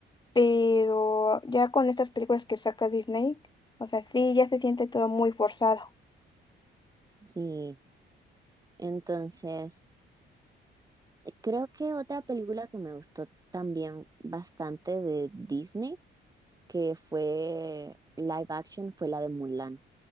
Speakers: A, on the left; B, on the right.
A: Pero ya con estas películas que saca Disney, o sea, sí, ya se siente todo muy forzado.
B: Sí, entonces creo que otra película que me gustó también bastante de Disney, que fue live action, fue la de Mulan.